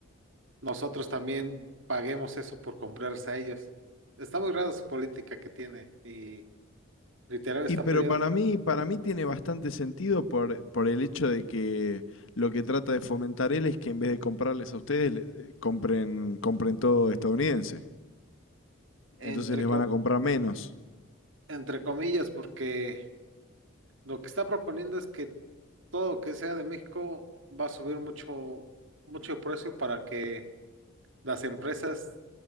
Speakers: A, on the right (about 65°); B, on the left (about 70°).
A: nosotros también paguemos eso por comprarse a ellos. Está muy raro su política que tiene y literal está
B: Y pero
A: peleado
B: para
A: con,
B: mí, para mí tiene bastante sentido por, por el hecho de que lo que trata de fomentar él es que en vez de comprarles a ustedes, le- eh, compren, compren todo estadounidense.
A: entre,
B: Entonces les
A: co-
B: van a comprar menos.
A: entre comillas, porque lo que está proponiendo es que todo lo que sea de México va a subir mucho, mucho el precio para que las empresas